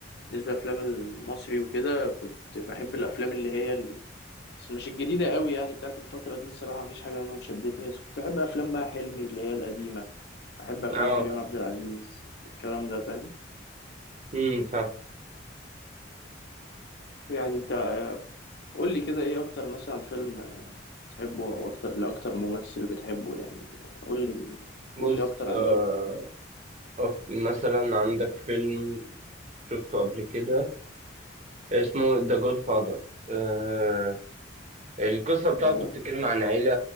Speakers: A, on the left; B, on the right.
A: بالنسبة للافلام المصري وكده كنت بحب الافلام اللي هي بس مش الجديدة قوي يعني بتاعت الفترة دي الصراحة مفيش حاجة منهم شدتني بس كنت أحب أفلام بقى حلمي اللي هي القديمة أحب أفلام
B: اه
A: كريم عبد العزيز الكلام ده فاهم
B: امم فاهم
A: يعني أنت قول لي كده إيه أكتر مثلا فيلم بتحبه أو أكتر لأكتر ممثل بتحبه يعني قول لي
B: بص
A: قول لي أكتر عن
B: آه
A: ذوقك
B: أك- مثلا عندك فيلم شفته قبل كده اسمه ذا جود فاذر آه القصة بتاعته
A: والله.
B: بتتكلم عن عيلة